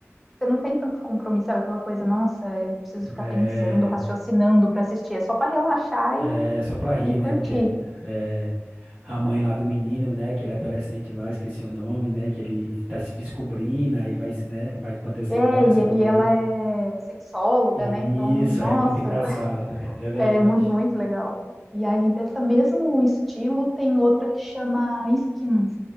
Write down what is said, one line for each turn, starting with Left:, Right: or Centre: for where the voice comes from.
Centre: você não tem tanto compromisso, sabe? Aquela coisa, nossa, eu preciso ficar
Right: É,
Centre: pensando, raciocinando para assistir. É só para relaxar
Right: é
Centre: e,
Right: só pra rir,
Centre: e
Right: né?
Centre: curtir.
Right: Porque é, a mãe lá do menino, né, que ele é adolescente lá, esqueci o nome, né, que ele tá se descobrindo, aí vai, se- né, vai acontecendo
Centre: É,
Right: várias
Centre: e,
Right: coisas.
Centre: e ela é sexóloga,
Right: Isso,
Centre: né? Então, nossa,
Right: aí é muito engraçado,
Centre: <laughs>
Right: é verdade.
Centre: é muito, muito legal. E aí, dessa mesmo estilo, tem outra que chama Skins.